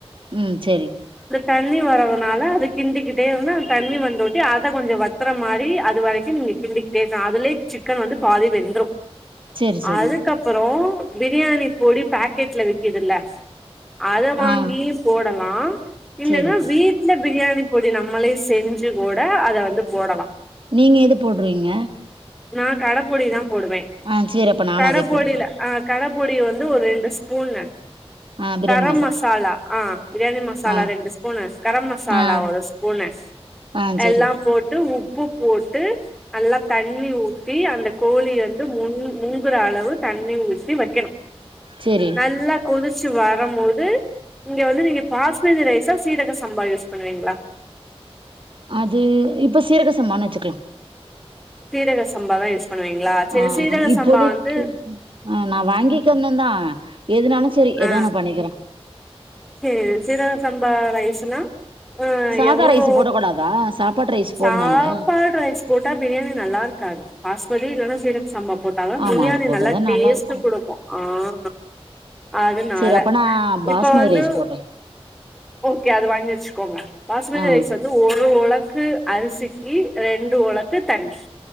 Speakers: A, on the right; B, in the centre.
A: ம் சேரி
B: தண்ணி வறதுனால அத கிண்டிகிட்டே இருந்தா அந்த தண்ணி வந்தோட்டி அத கொஞ்சோ வத்தற மாரி அது வரைக்கோ நீங்க கிண்டிகிட்டேதா அதுலே சிக்கன் வந்து பாதி வெந்த்ரோ
A: சேரி சேரி
B: அதுக்கப்பறோ பிரியாணி பொடி பேக்கேட்ல விக்குதுல அத வாங்கி
A: ஆ
B: போட் ட்டல்லா இல்லன்னா
A: சேரி
B: வீட்ல பிரியாணி பொடி நம்மளே செஞ்சு கூட அத வந்து போடலா
A: நீங்க எது போடுறீங்க
B: நா கடப்பொடிதா போடுவே
A: ஆ சேரி அப்ப நானு
B: கட
A: அதே
B: பொடில
A: போட்டுக்கிறே
B: அ கடப் கூடய வந்து வந்து ஒரு ரெண்டு ஸ்பூனு
A: ஆ பிரியாணி
B: கரம் மசாலா ஆ பிரியாணி மசாலா
A: ஆ
B: ரெண்டு ஸ்பூனு கரம் மசாலா
A: ஆ
B: ஒரு ஸ்பூனு
A: ஆ சேரி
B: எல்லாம் போட்டு உப் உப்பு போட்டு நல்லா தண்ணி ஊத்தி அந்த கோழி வந்து மூ முங்குற அளவு தண்ணி ஊத்தி வெக்கணோ
A: சேரி
B: நல்லா கொதிச்சுவ வர போது இங்க வந்து நீங்க பாஸ்மதி ரைஸா சீரக சம்பா யூஸ் பண்ணுவீங்களா
A: அது இப்ப சீரக சம்பானு வெச்சுக்கலா
B: சீரக சம்பா தா யூஸ் பண்ணுவீங்களா செரி
A: ஆ
B: சீரக
A: இப்போதைக்கு
B: சம்பா வந்து
A: ஆ நா வாங்கிக்கந்ததா எதுனாலோ சேரி
B: ஆ
A: ஏதோ நா பண்ணிக்குற
B: செரி சீரக சம்பா ரைஸ்னா ஆஹ்
A: சாதா
B: எவ்வளோ
A: ரைஸ் போடக் கூடாதா சாப்பாட்டு ரைஸ் போடலால்ல
B: சாப்பாடு ரைஸ் போட்டா பிரியாணி நல்லா இருக்காது பாஸ்மதி இல்ன்னா சம்ப போட்டாலும்
A: ஆமா
B: பிரியாணி
A: அது போட்டாதா
B: நல்லா டேஸ்ட்ட்
A: இருக்கு
B: கொடுக்கு ஆஹ் அதனால
A: சேரி அப்ப நா
B: இப்ப வந்து
A: <unintelligible>
B: ஓகே அது வாங்கி வச்சுக்கோங்க பாஸ்மதி
A: ஆ
B: ரைஸ் வந்து ஒரு ஒள அரிசிக்கு ரெண்டு ஒளக்கு தண்ணி